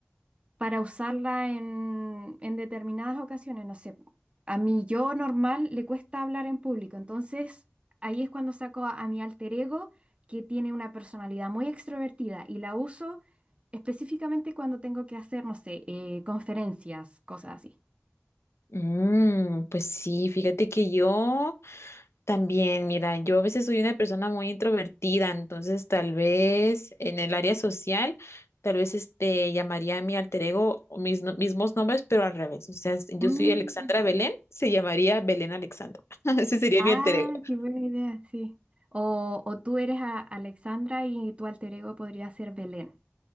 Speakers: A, on the right; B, on the left.
A: para usarla en, en determinadas ocasiones. No sé, a mi yo normal le cuesta hablar en público, entonces ahí es cuando saco a, a mi alter ego que tiene una personalidad muy extrovertida y la uso específicamente cuando tengo que hacer, no sé, eh, conferencias, cosas así.
B: mm, pues sí, fíjate que yo también, mira, yo a veces soy una persona muy introvertida, entonces tal vez en el área social, tal vez este llamaría a mi alter ego o mis no- mismos nombres, pero al revés. O sea, si yo
A: Mm.
B: soy Alexandra Belén, se llamaría Belén Alexandra. <laughs> Ese sería
A: Ah,
B: mi alter ego.
A: qué buena idea, sí. O, o tú eres a- Alexandra y tu alter ego podría ser Belén.